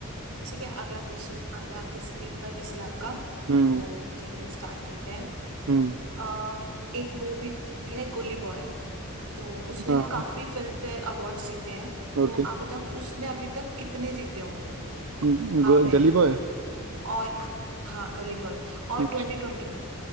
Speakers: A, on the right; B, on the right.
A: ठीक है अगला प्रश्न आता है आपके स्क्रीन पर बीस लाख का
B: हम्म
A: तो चलिए स्टार्ट करते हैं
B: हम्म
A: अ, एक मूवी है गुली बॉय तो उसने
B: हाँ
A: ना काफी फिल्म फेयर अवार्ड्स जीते हैं तो
B: ओके
A: आप बताओ कि उसने अभी तक कितने जीते होंगे
B: ग-
A: हाउ मैनी
B: गली बॉय
A: और हाँ गली बॉय और
B: अच्छा
A: ट्वेंटी ट्वेंटी में